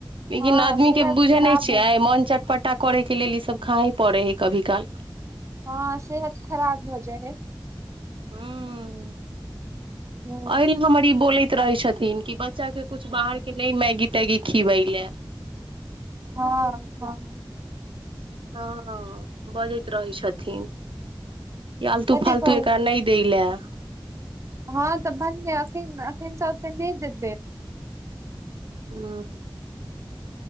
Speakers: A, on the right (about 80°); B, on the right (about 35°).
A: लेकिन
B: हँ
A: आदमी
B: सेहत
A: के बुझे
B: खराब
A: नहि छियै
B: हो
A: मन चटपट छटा करेके लेल ई सब खा हे पड़े हय कभी काल
B: हँ सेहत खराब भ जाइ ह
A: हँ
B: हँ
A: अरे हमर बोलै रहै छथिन कि बच्चा केँ कछु बाहरकेँ नहि मैगी तैगी खिबय लए
B: हँ हँ
A: हँ बजैत रहय छथिन कि आलतू
B: कथी
A: फालतू
B: कहै
A: एकरा नहि दय ले <inaudible>
B: हँ तऽ भनै एखन तऽ ओतेक नहि देबय
A: ह <inaudible>